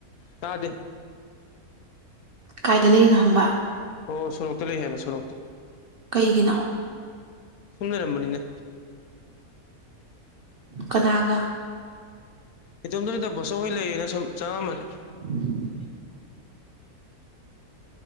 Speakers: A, on the left; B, on the right.
A: ꯇꯥꯗꯦ
B: ꯀꯥꯏꯗ ꯂꯩꯔꯤꯅꯣ ꯍꯪꯕ
A: ꯑꯣ ꯁꯣꯔꯣꯛꯇ ꯂꯩ ꯍꯥꯏꯕ ꯁꯣꯔꯣꯛꯇ
B: ꯀꯩꯒꯤꯅꯣ
A: ꯁꯨꯝ ꯂꯩꯔꯝꯕꯅꯤꯅꯦ
B: ꯀꯅꯥꯒ
A: ꯏꯇꯣꯝꯗꯅꯤꯗ ꯕꫭꯆꯧꯍꯣꯏ ꯂꯩꯌꯦꯅ ꯁꯨꯝ ꯆꯪꯉꯝꯃꯅꯤ
B: <inaudible>